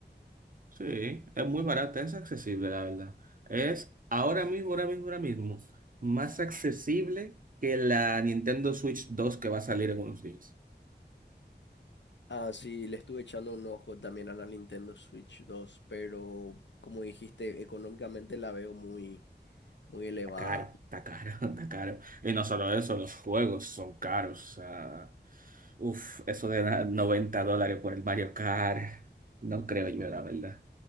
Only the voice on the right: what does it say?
Sí, es muy barata, es accesible, la verdad. Es ahora mismo, ahora mismo, ahora mismo, más accesible que la Nintendo Switch 2 que va a salir en unos días.
Está caro, está caro, <laughs> está caro. Y no solo eso, los juegos son caros. o sea, uf, eso de la- 90 dólares por el Mario Kart, no creo yo, la verdad.